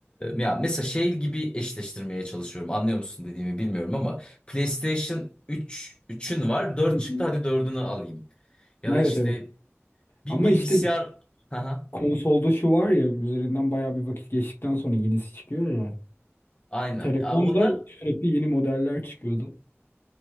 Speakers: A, on the left; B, on the left.
A: ya mesela şey gibi eşleştirmeye çalışıyorum. Anlıyor musun dediğimi bilmiyorum ama PlayStation 3 üçün var. dört
B: Hı
A: çıktı
B: hı.
A: hadi dördünü alayım. Ya
B: Evet
A: da işte
B: evet.
A: bir
B: Ama
A: bilgisayar.
B: işte
A: <laughs> Haha,
B: konsolda şu var ya üzerinden bayağı bir vakit geçtikten sonra yenisi çıkıyor ya.
A: Aynen.
B: Telefonda
A: Ya onlar
B: sürekli yeni modeller çıkıyordu.